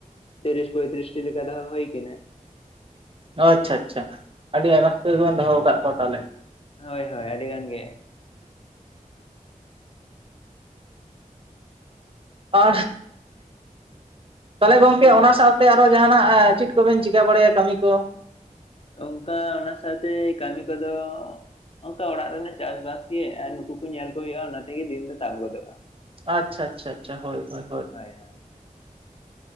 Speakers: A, on the left (about 45°); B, on the right (about 40°).
A: ᱛᱤᱨᱤᱥ ᱯᱚᱸᱭᱛᱨᱤᱥ ᱴᱤ ᱞᱮᱠᱟ ᱫᱚᱦᱚ ᱦᱩᱭ ᱠᱟᱱᱟ।
B: ᱚ ᱟᱪᱪᱷᱟ ᱟᱪᱪᱷᱟ ᱟᱹᱰᱤ ᱟᱭᱢᱟ ᱩᱥᱛᱟᱹᱨ ᱜᱮ ᱵᱮᱱ ᱫᱚᱦᱚ ᱟᱠᱟᱫ ᱠᱚᱣᱟ ᱛᱟᱞᱦᱮ।
A: ᱦᱳᱭ ᱦᱳᱭ ᱟᱹᱰᱤ ᱜᱟᱱ ᱜᱮ।
B: ᱟ ᱛᱟᱦᱚᱞᱮ ᱜᱚᱝᱠᱮ ᱚᱱᱟ ᱥᱟᱶᱛᱮ ᱟᱨᱚ ᱡᱟᱦᱟᱱᱟᱜ ᱮᱸ ᱪᱮᱫ ᱠᱚᱵᱮᱱ ᱪᱤᱠᱟ ᱵᱟᱲᱟᱭᱟ ᱠᱟᱹᱢᱤ ᱠᱚ?
A: ᱚᱱᱠᱟ ᱚᱱᱟ ᱥᱟᱶᱛᱮ ᱠᱟᱹᱢᱤ ᱠᱚᱫᱚᱼᱼ ᱚᱱᱠᱟ ᱚᱲᱟᱜ ᱨᱮᱱᱟᱜ ᱪᱟᱥᱵᱟᱥ ᱜᱮ ᱟᱨ ᱱᱩᱠᱩ ᱠᱚ ᱧᱮᱞ ᱠᱚ ᱦᱩᱭᱩᱜᱼᱟ ᱚᱱᱟ ᱛᱮᱜᱮ ᱫᱤᱱ ᱫᱚ ᱛᱟᱵ ᱜᱚᱫᱚᱜᱼᱟ।
B: ᱟᱪᱪᱷᱟ ᱟᱪᱪᱷᱟ ᱟᱪᱪᱷᱟ ᱦᱳᱭ ᱦᱳᱭ।
A: ᱦᱳᱭ ᱦᱳᱭ।